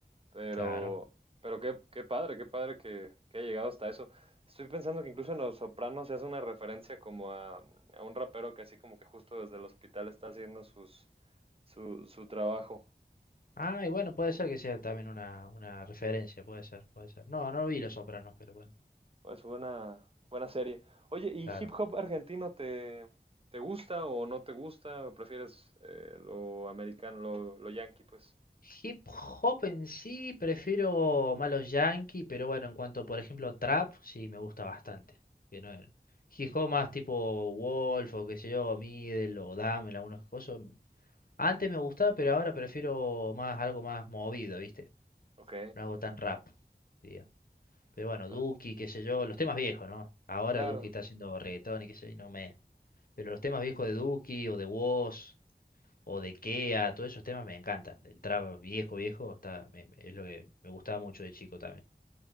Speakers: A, on the right (about 35°); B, on the left (about 55°).
A: Pero,
B: Claro.
A: pero qué, qué padre, qué padre que, que haya llegado hasta eso. Estoy pensando que incluso en Los Sopranos se hace una referencia como a, a un rapero que así como que justo desde el hospital está haciendo sus, su, su trabajo.
B: Ah, y bueno, puede ser que sea también una, una referencia, puede ser, puede ser. No, no vi Los Sopranos, pero bueno,
A: Pues buena, buena serie. Oye, ¿y
B: claro.
A: hip hop argentino te, te gusta o no te gusta? ¿O prefieres eh, lo americano, lo, lo yankee, pues?
B: Hip hop en sí, prefiero más los yankee, pero bueno, en cuanto, por ejemplo, trap, sí me gusta bastante. Que no- Hip hop más tipo Wolf o qué sé yo, Middle o Damel, algunos cosas, Antes me gustaba, pero ahora prefiero más algo más movido, ¿viste?
A: Ok,
B: No hago tan rap, digo. Pero bueno,
A: cla-
B: Duki, qué sé yo, los temas viejos, ¿no? Ahora
A: claro.
B: Duki está haciendo reggaetón y qué sé yo, y no me... Pero los temas viejos de Duki o de Wos o de Kea, todos esos temas me encantan. El trap viejo, viejo, está, me- me- es lo que me gustaba mucho de chico también.